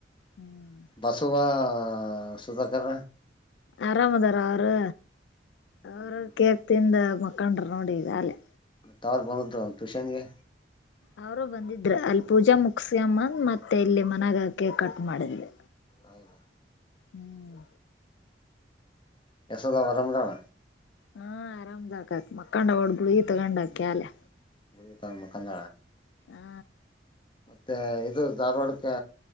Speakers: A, on the left; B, on the left.
A: ಹ್ಮ್
B: ಬಸ ಸಪ್ಪ ಸುಧಾಕರ
A: ಆರಾಮದಾರ ಅವರು ಅವರು
B: ಹ್ಮ್
A: ಕೇಕ್ ತಿಂದ ಮುಖಂಡರು ನೋಡಿಗ ಅಲೆ
B: ಮತ್ತ ಅವ್ರು ಬಂದದರು ಒಂದು ಟ್ಯೂಷನ್ಗೆ
A: ಅವರು ಬಂದಿದ್ರ ಅಲ್ಲಿ ಪೂಜಾ ಮುಗಸಿಯಮ್ಮನ್ ಮತ್ತೆ ಇಲ್ಲಿ ಮನೆಗ ಕೇಕ್ ಕಟ್ ಮಾಡಿದ್ವಿ
B: ಹೌದು
A: ಹ್ಮ್
B: ಯಶೋಧ ಅರಮಿದ್ದಲ್ಲಾ
A: ಹಾ ಆರಾಮ್ದಕತ್ ಮಕ್ಕಂಡ ಗುಳಿಗೆ ತಗೊಂಡಕೀ ಅಲೆ
B: <unintelligible> ಮಕಂಡಲ
A: ಹಾ
B: ಮತ್ತೆ ಇದು ಧಾರವಾಡಕ್ಕೆ